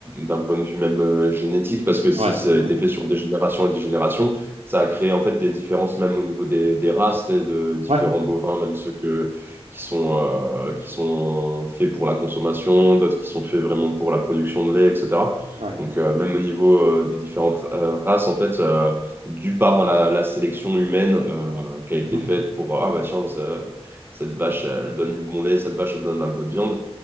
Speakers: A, on the right; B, on the right.
A: d'un point de vue même euh, génétique, parce que si
B: Ouais,
A: ça a
B: ouais,
A: été fait sur des générations et des générations, ça a créé en fait des différences même au niveau des, des races et de différents
B: ouais,
A: bovins, même ceux que, qui sont, euh, qui sont faits pour la consommation, d'autres qui sont faits vraiment pour la production de lait, etc.
B: ouais.
A: Donc euh, même au niveau euh, des différentes euh, races, en fait, euh, dû par la, la sélection humaine euh, qui a été
B: Hmm,
A: faite pour, ah bah tiens, ça, cette vache, elle donne du bon lait, cette vache, elle donne un peu de viande.